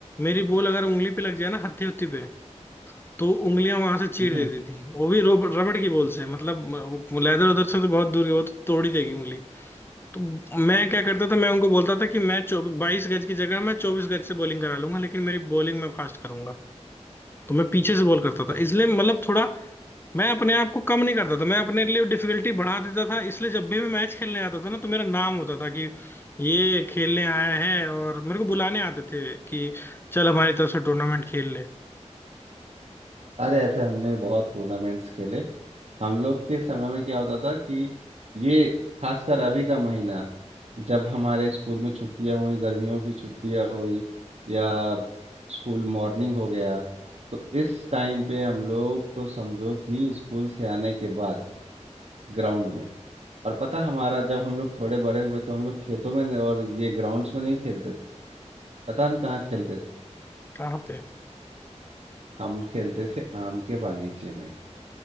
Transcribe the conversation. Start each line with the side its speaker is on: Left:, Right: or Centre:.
Left: मेरी बॉल अगर उंगली पे लग जाए ना हत्थी हत्थी पे तो उंगलियां वहां से चीर
Right: हम्म
Left: देती थी वो भी रोब- रबड़ की बॉल से मतलब लेदर उधर से तो बहुत दूर गया वो तो तोड़ ही देगी उंगली तो मैं क्या करता था मैं उनको बोलता था कि मैं चौबीस बाईस गज की जगह मैं चौबीस गज से बॉलिंग करा लूंगा लेकिन मेरी बॉलिंग मैं फास्ट करूंगा तो मैं पीछे से बॉल करता
Right: अच्छा
Left: था इसलिए मतलब थोड़ा मैं अपने आप को कम नहीं करता था मैं अपने लिए डिफिकल्टी बढ़ा देता था इसलिए जब भी मैं मैच खेलने आता था ना तो मेरा नाम होता था कि ये खेलने आया है और मेरे को बुलाने आते थे कि चल हमारी तरफ से टूर्नामेंट खेल ले
Right: अरे ऐसे हमने बहुत टूर्नामेंट्स खेले हम लोग के समय में क्या होता था कि ये खासकर अभी का महीना जब हमारे स्कूल में छुट्टियां हुई गर्मियों की छुट्टियां हुई या स्कूल मॉर्निंग हो गया तो इस टाइम पे हम लोग तो समझो कि स्कूल से आने के बाद ग्राउंड में और पता हमारा जब हम लोग थोड़े बड़े हुए तो हम लोग खेतों में नहीं- और ये ग्राउंड्स में नहीं खेलते थे पता हम कहाँ खेलते थे
Left: कहाँ पे
Right: हम खेलते थे आम के बागीचे में